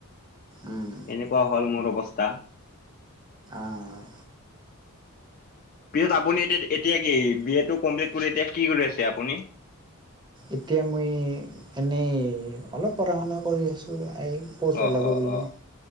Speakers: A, on the right; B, on the left.
A: উম,
B: এনেকুৱা হ'ল মোৰ অৱস্থা।
A: আ',
B: পিছত আপুনি এ এতিয়া কি বি এটো কমপ্লিট কৰি এতিয়া কি কৰি আছে আপুনি?
A: এতিয়া মই এনেই অলপ পঢ়া শুনা কৰি আছোঁ। এই প'ষ্ট
B: অ'-অ'-অ',
A: ওলাব বুলি।